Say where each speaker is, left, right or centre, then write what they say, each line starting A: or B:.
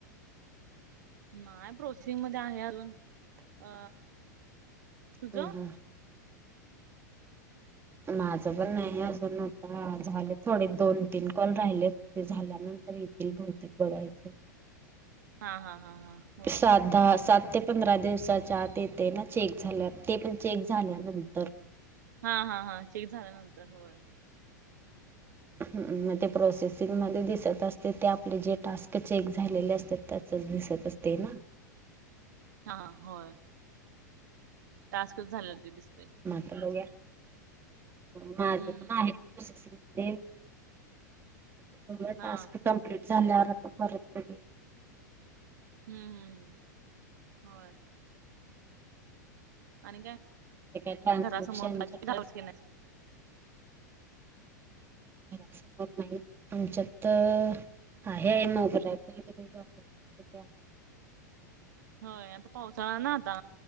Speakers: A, on the right; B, on the right.
A: नाय प्रोसेसिंग मध्ये आहे अजून अ तुझं
B: हम् ‌हम्. माझं पण नाही अजून आता, झाल थोडे दोन तीन कॉल राहिलेत. ते झाल्यानंतर येतील बहुतेक बघायच.
A: हा हा हा हा. होय
B: सात दहा सात ते पंधरा दिवसाच्या आत येतेय ना चेक झाल्या, ते पण चेक झाल्यानंतर
A: हा हा हा चेक झाल्यानंतर होय.
B: हु म ते प्रोसेसिंगमध्ये दिसत असते ते आपले जे टास्क चेक झालेले असत्यात त्या सज दिसत असते ना
A: हा होय. टास्कच झालेल ते दिसतय
B: म्ह आता बघूया, क माझ
A: हम्म
B: पण आहेत. प्रोसेसिंगमधे आता बघूया
A: हा
B: टास्क कमप्लीट झाल्यावर आता परत <unintelligible>
A: हम्म हू होय. आणि काय?
B: काय ट्रान्स्क्रिप्शनचे
A: घरासमोर <unintelligible>
B: टास्क घरासमोर नाही आमच्यात तर आहे मोगऱ्याच <unintelligible> <unintelligible> ते आहे.
A: होय आता पावसाळा ना आता,